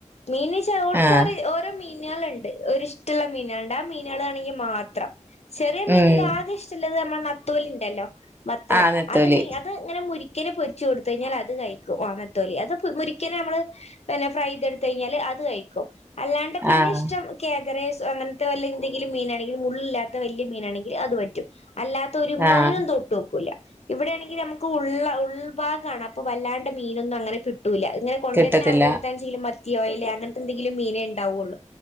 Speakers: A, on the left; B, on the right.
A: മീന്ച്ചാ ഓൾക്കോരെ
B: ആഹ്
A: ഓരോ മീൻ നാള് ണ്ട്. ഒര്ഷ്ടള്ള മീനാള്ണ്ട്. ആ മീനാളാണെങ്കി മാത്രം. ചെറിയ മീനിലാകിഷ്-
B: ഉം
A: ട്ടല്ലത ർഞ്ഞ മ്മളെ നത്തോലിണ്ടല്ലോ വത്തല്
B: ആഹ് നെത്തോലി
A: അത് മീ അത് ഇങ്ങനെ മുരിക്കനെ പൊരിച്ചൊട്ത്തയ്ഞ്ഞാ അത് കയിക്കും. ആഹ് നത്തോലി. അത് മുരിക്കനെ നമ്മള് പിന്നെ ഫ്രൈ തൊട്ത്തയിഞ്ഞാല് അത് കയ്ക്കും. അല്ലാണ്ട് പിന്നെ
B: ആഹ്
A: ഷ്ടം കേതരെയ്‌സ് അങ്ങൻത്ത വല്ല എന്തെങ്കിലും മീനാണെങ്കി മുള്ളില്ലാത്ത വെല്ല്യ മീനാണെങ്കി അത് പറ്റും. അല്ലാ ത്തൊരു മീനും
B: ആഹ്
A: തൊട്ടോക്കൂല. ഇവിടെണെങ്കി നമ്മക്ക് ഉള്ളാ ഉൾഭാഗാണ് അപ്പൊ വല്ലാണ്ട് മീനൊന്നും അങ്ങനെ കിട്ടൂല്ല അത് ഇങ്ങനെ കൊണ്ടര്ന്ന
B: കിട്ടത്തില്ല
A: ആളുകൾടെട്ത്താൺച്ചങ്കിലും മത്ത്യോ ഐലേ അങ്ങനത്തെന്തെങ്കിലും മീനേ ഇണ്ടാവൊള്ളു